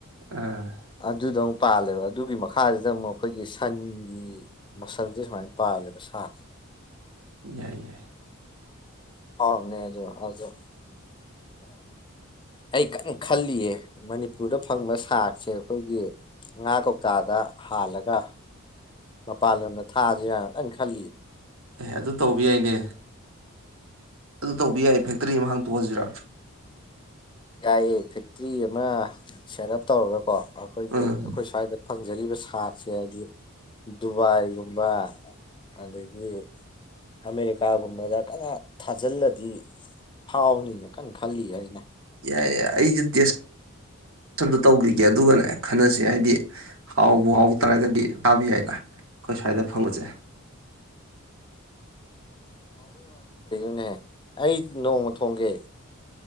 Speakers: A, on the right; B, on the left.
A: ꯑꯥ
B: ꯑꯗꯨꯗ ꯑꯃꯨꯛ ꯄꯥꯜꯂꯦꯕ ꯑꯗꯨꯒꯤ ꯃꯈꯥꯁꯤꯗ ꯑꯃꯨꯛ ꯑꯩꯈꯣꯏꯒꯤ ꯁꯟꯒꯤ ꯃꯁꯟꯁꯦ ꯁꯨꯃꯥꯏꯅ ꯄꯥꯜꯂꯦꯕ ꯁꯥꯁꯦ
A: ꯌꯥꯏ ꯌꯥꯏ
B: ꯑꯥꯎ ꯅꯖꯣ ꯑꯖꯣ ꯑꯩ ꯀꯟꯅ ꯈꯜꯂꯤꯌꯦ ꯃꯅꯤꯄꯨꯔꯗ ꯐꯪꯕ ꯁꯥꯔꯁꯦ ꯑꯩꯈꯣꯏꯒꯤ ꯉꯥ ꯀꯧꯇꯥꯗ ꯍꯥꯜꯂꯒ ꯃꯄꯥꯟ ꯂꯝꯗ ꯊꯥꯗꯦꯔꯅ ꯈꯜꯂꯤ
A: ꯑꯦ ꯑꯗꯨ ꯇꯧꯕ ꯌꯥꯏꯅꯦ ꯑꯗꯨ ꯇꯧꯕ ꯌꯥꯏ ꯐꯦꯛꯇꯔꯤ ꯑꯃ ꯍꯥꯡꯇꯣꯛꯍꯁꯤꯔꯥ
B: ꯌꯥꯏꯌꯦ ꯐꯦꯛꯇ꯭ꯔꯤ ꯑꯃ ꯁꯦꯠ ꯑꯞ ꯇꯧꯔꯒꯀꯣ ꯑꯩꯈꯣꯏꯒꯤ
A: ꯎꯝ
B: ꯑꯩꯈꯣꯏ ꯁ꯭ꯋꯥꯏꯗ ꯐꯪꯖꯔꯤꯕ ꯁꯥꯁꯦ ꯍꯥꯏꯕꯗꯤ ꯗꯨꯕꯥꯏꯒꯨꯝꯕ ꯑꯗꯒꯤ ꯑꯃꯦꯔꯤꯀꯥꯒꯨꯝꯕꯗ ꯀꯟꯅ ꯊꯥꯖꯤꯜꯂꯗꯤ ꯍꯥꯎꯥꯎꯅꯤꯅꯦ ꯀꯥꯟ ꯈ ꯍꯥꯏꯅꯦ
A: ꯌꯥꯏ ꯌꯥꯏ ꯑꯩꯁꯨ ꯇꯦꯁ ꯁꯝꯇ ꯇꯧꯕꯈꯤꯒꯦ ꯑꯗꯨꯒꯅꯦ ꯈꯟꯅꯁꯤ ꯍꯥꯏꯗꯤ ꯍꯥꯎꯕ ꯍꯥꯎ ꯇꯥꯔꯒꯗꯤ ꯇꯥꯕ ꯌꯥꯏꯅ ꯑꯩꯈꯣꯏ ꯁ꯭ꯋꯥꯏꯗ ꯐꯪꯉꯨꯁꯦ
B: ꯍ ꯑꯩ ꯅꯣꯡꯃ ꯊꯣꯡꯒꯦ